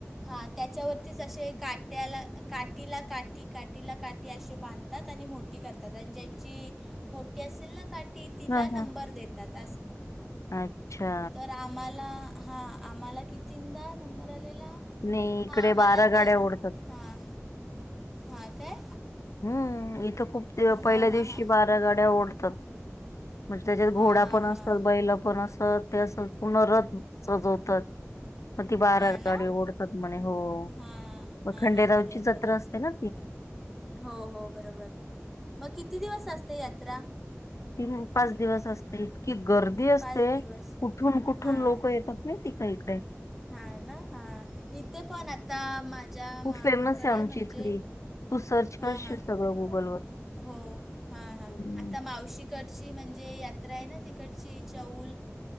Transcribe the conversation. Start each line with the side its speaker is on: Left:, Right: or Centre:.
Centre: हा त्याच्यावरतीच असे, काट्याला काटीला-काटी काटीला-काटी, असे बांध तात आणि मोठी करतात, आणि ज्यांची मोठी असेल ना काठी, तिला
Left: हा
Centre: नंबर
Left: हा
Centre: देतात.
Left: अच्छा
Centre: तर आम्हाला हा आम्हाला कितीदा नंबर आलेला,
Left: नाही इकडे
Centre: हां आम्हाला,
Left: बारा
Centre: द
Left: गाड्या ओढतात
Centre: हां हा काय?
Left: हम्म! इथं खूप पहिल्या
Centre: हां हां
Left: दिवशी
Centre: हां
Left: बारा गाड्या ओढतात. म्हणजे त्याच्यात
Centre: हां
Left: घोडा पण
Centre: हां
Left: असतात, बैल पण असतात, ते असं पूर्ण रथ सजवतात. मग ती बारा
Centre: हां ना
Left: गाडी ओढतात म्हणे, हो,
Centre: हां
Left: मग
Centre: हां
Left: खंडेरावची
Centre: हां बरोबर
Left: जत्रा
Centre: बरोबर
Left: असते ना
Centre: हो, हो, बरोबर, मग किती दिवस असते यात्रा?
Left: तीन पाच दिवस असते, इतकी गर्दी असते,
Centre: पाच दिवस
Left: कुठून कुठून
Centre: हां
Left: लोक येतात. <unintelligible> काही काही.
Centre: हां ना, हां, इथे पण, आता माझ्या
Left: खूप
Centre: मामाकडे
Left: फेमस आहे आमची
Centre: म्हणजे
Left: इथली तू सर्च
Centre: हां
Left: करशील
Centre: हां
Left: सगळं गुगलवर
Centre: हो, हा हा,
Left: हम्म.
Centre: आता मावशीकडची म्हणजे, यात्रा आहे ना तिकडची, चौल